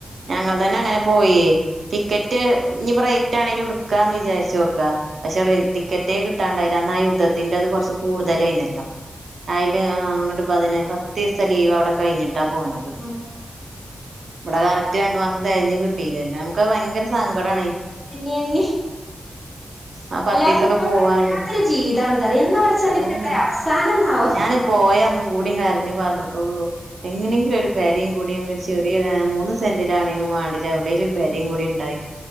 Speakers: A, on the right; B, on the left.
A: ഞങ്ങൾ തന്നെ അങ്ങനെ പോയി ടിക്കറ്റ് ഇനിയിപ്പം റേറ്റ് ആണെങ്കിലും എടുക്കുക എന്ന് വിചാരിച്ച് നോക്കാ പക്ഷെ റേറ്റ് ടിക്കറ്റേ കിട്ടാണ്ടായില്ല അന്നാ ആ യുദ്ധത്തി ത്തിന്റെ അത് കുറച്ച് കൂടുതലേന്നല്ലോ അതില് അങ്ങോട്ട് പതിന പത്ത് ദിവസം ലീവ് അവിടെ കഴിഞ്ഞിട്ടാ പോന്നത്
B: ഉം
A: ഇവിടെ കറക്റ്റ് രണ്ടു മാസം തികഞ്ഞ് കിട്ടിയില്ല എല്ലാം നമുക്ക് ഭയങ്കര സങ്കട ആണെ
B: എണ്ണി എണ്ണി
A: ആ പത്തീസൊക്കെ
B: അല്ലാത്ത
A: പോവാ
B: പറയാ
A: പറയണത്
B: അല്ലാത്തൊരു ജീവിതണതറിയ എന്ന പഠച്ചന്റെ
A: ഓഹ്
B: ഇതിനൊക്കെര അവസാനം എന്നാവോ
A: ഞാന് പോയന്നും കൂടിയും കരഞ്ഞ് പറഞ്ഞിട്ടുള്ളൂ എങ്ങനെങ്കിലും ഒരു പെരയും കൂടിയും ചെറിയ മൂന്ന് സെന്റിലാണെങ്കിലും വേണ്ടില എവിടേലും ഒരു പെരയും കൂടി ഉണ്ടായി